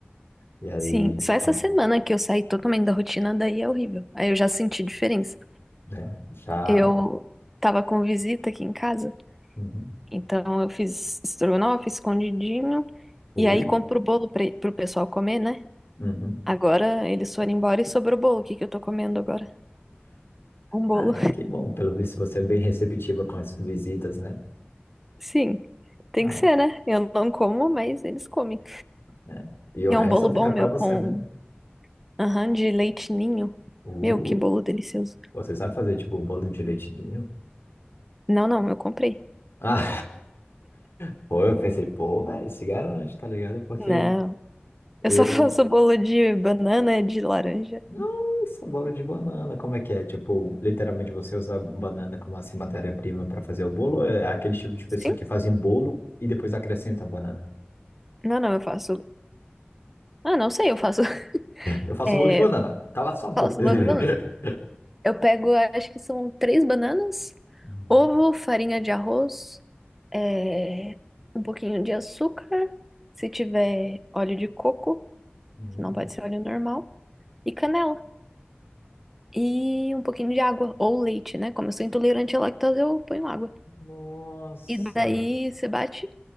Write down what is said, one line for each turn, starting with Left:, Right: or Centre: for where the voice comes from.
Left: E aí,
Centre: sim. Só essa
Left: tá,
Centre: semana que eu saí totalmente da rotina, daí é horrível. Aí eu já senti diferença.
Left: né, já...
Centre: Eu tava com visita aqui em casa,
Left: Uhum.
Centre: então eu fiz estrogonofe, escondidinho,
Left: Ui,
Centre: e aí compro o bolo pra, pro pessoal comer, né?
Left: uhum.
Centre: Agora eles foram embora e sobrou o bolo. O que que eu tô comendo agora? Um bolo.
Left: Ah, é, que bom, pelo visto você é bem receptiva com as visitas, né?
Centre: <laughs> Sim, tem
Left: Ah,
Centre: que ser, né? Eu não como, mas eles comem.
Left: é. E o
Centre: E
Left: resto
Centre: é um bolo
Left: fica
Centre: bom,
Left: pra
Centre: meu,
Left: você,
Centre: com
Left: né?
Centre: aham, de leite ninho.
Left: Uh,
Centre: Meu, que bolo delicioso.
Left: você sabe fazer, tipo, um bolo de leite ninho?
Centre: Não, não, eu comprei.
Left: Ah, <laughs> pô, eu pensei, pô, velho, se garante, tá ligado? Porque
Centre: Não,
Left: eu.
Centre: eu só <laughs> faço bolo de banana, de laranja.
Left: Nossa, bolo de banana, como é que é? Tipo, literalmente você usa banana como assim matéria-prima pra fazer o bolo? Ou É aquele tipo de pessoa
Centre: Sim?
Left: que fazem bolo e depois acrescenta banana.
Centre: Não, não, eu faço. Ah, não sei, eu faço. <laughs>
Left: Eu faço
Centre: É,
Left: bolo de banana, cala sua boca.
Centre: Faço bolo
Left: <laughs>
Centre: de banana. Eu pego, acho que são três bananas,
Left: Uhum.
Centre: ovo, farinha de arroz, é, um pouquinho de açúcar, se tiver óleo de coco,
Left: Uhum.
Centre: se não pode ser óleo normal, e canela. E um pouquinho de água, ou leite, né? Como eu sou intolerante à lactose, eu ponho água.
Left: Nossa.
Centre: E daí você bate